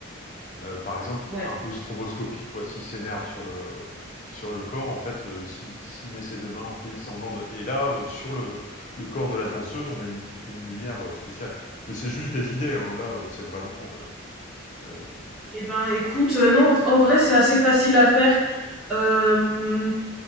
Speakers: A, on the left; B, in the centre.
A: Euh, par exemple,
B: Ouais.
A: un peu stroboscopique, quoi. S'il s'énerve sur le, sur le corps, en fait, euh, s'il s'il met ses deux mains, en fait semblant de... Et là, euh, sur le, le corps de la danseuse, on met une, une lumière euh, spéciale. Mais c'est juste des idées, hein. Là, euh, c'est vraiment... euh, euh,
B: Eh ben,
A: je-
B: écoute, euh, non, en en vrai, c'est assez facile à faire. Euh,